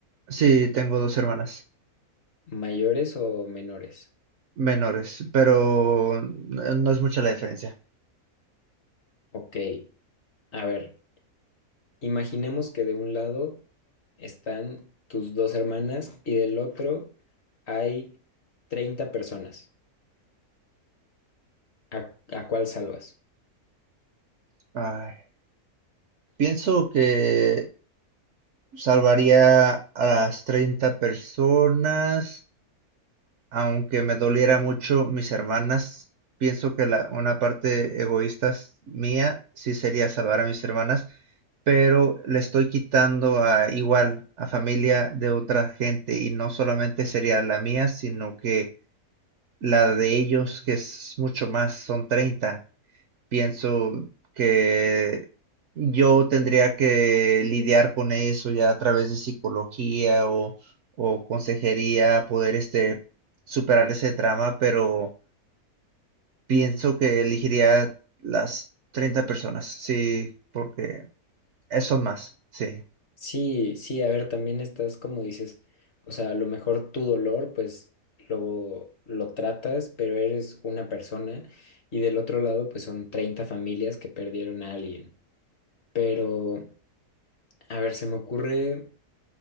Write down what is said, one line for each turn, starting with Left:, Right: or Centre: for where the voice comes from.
Right: sí, tengo dos hermanas
Left: mayores o menores?
Right: menores, pero n- no es mucha la diferencia.
Left: Ok, a ver, imaginemos que de un lado están tus dos hermanas y del otro hay 30 personas. ¿A, a cuál salvas?
Right: Ay, pienso que salvaría a las 30 personas. Aunque me doliera mucho mis hermanas, pienso que la una parte egoísta s- mía sí sería salvar a mis hermanas, pero le estoy quitando a igual a familia de otra gente y no solamente sería la mía, sino que la de ellos, que es mucho más, son treinta pienso que yo tendría que lidiar con eso ya a través de psicología o, o consejería, poder este, superar ese trauma, pero pienso que elegiría las 30 personas, sí, porque eso más, sí.
Left: Sí, sí, a ver, también estás como dices, o sea, a lo mejor tu dolor, pues lo, lo tratas, pero eres una persona y del otro lado, pues son 30 familias que perdieron a alguien. Pero, a ver, se me ocurre